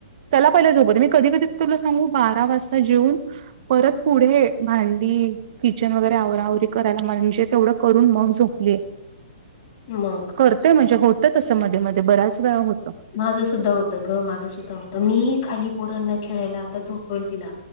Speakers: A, on the right; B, on the left.
A: त्याला पहिला झोपवते मी कधी कधी तुला सांगू बारा वाजता जेऊन परत पुढे भांडी किचन वगैरे आवराआवरी करायला म्हणजे तेवढं करून मग झोपले.
B: मग.
A: करते म्हणजे होत तसं मध्ये मध्ये बऱ्याच वेळा होतं.
B: माझं सुद्धा होतं ग माझं सुद्धा होतं मी खाली पोरांना खेळायला आता झोपवेल तिला